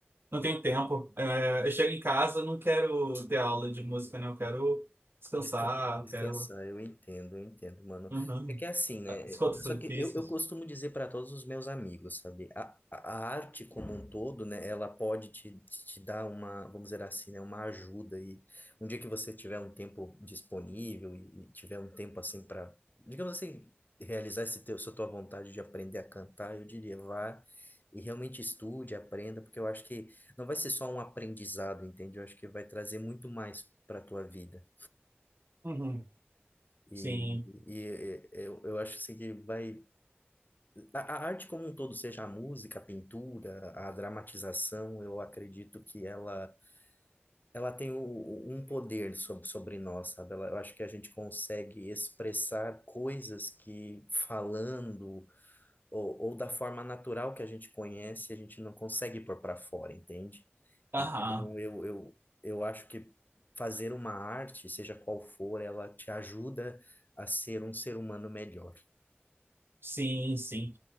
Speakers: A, on the right (about 60°); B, on the left (about 45°).
A: Não tenho tempo. É, eu chego em casa, não quero ter aula de música, né? Eu quero descansar,
B: Desca- Descansar,
A: quero.
B: eu entendo, eu entendo, mano.
A: Uhum.
B: É que é assim, né?
A: Escutas
B: Só
A: difíceis.
B: que eu, eu costumo dizer para todos os meus amigos, sabe? A, a a arte como um todo, né? Ela pode te, te te dar uma, vamos dizer assim, né? Uma ajuda. E um dia que você tiver um tempo disponível e, e tiver um tempo assim para, digamos assim, realizar esse teu, essa tua vontade de aprender a cantar, eu diria, vá e realmente estude, aprenda, porque eu acho que não vai ser só um aprendizado, entende? Eu acho que vai trazer muito mais para tua vida.
A: Uhum.
B: E,
A: Sim.
B: e é- eu, eu acho assim que vai. A, a arte como um todo, seja a música, a pintura, a dramatização, eu acredito que ela, ela tem o- um poder sobre, sobre nós, sabe? Ela, eu acho que a gente consegue expressar coisas que falando ou, ou da forma natural que a gente conhece, a gente não consegue pôr para fora, entende?
A: Aham.
B: Então, eu, eu, eu acho que fazer uma arte, seja qual for, ela te ajuda a ser um ser humano melhor.
A: Sim, sim.